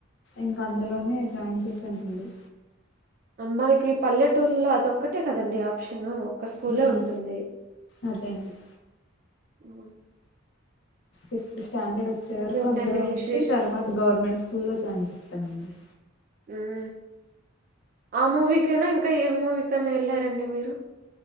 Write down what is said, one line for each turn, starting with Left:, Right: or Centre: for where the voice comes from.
Left: ఇంక అందులోనే జాయిన్ చేసానండి
Right: మనకి పల్లెటూర్లో అది ఒక్కటే కదండి ఆప్షను ఒక స్కూలే
Left: ఉమ్,
Right: ఉంటుంది
Left: అదే అండి
Right: అ
Left: అ స్టాండర్డ్ వచ్చే
Right: ఇంకేంటండి
Left: వరకు అందులో ఉంచి
Right: విశేషాలు
Left: తర్వాత గవర్నమెంట్ స్కూల్లో జాయిన్ చేస్తామండి
Right: మ్మ్ ఆ మూవీకైనా ఇంకా ఏ మూవీకన్నా వెళ్ళారండి మీరు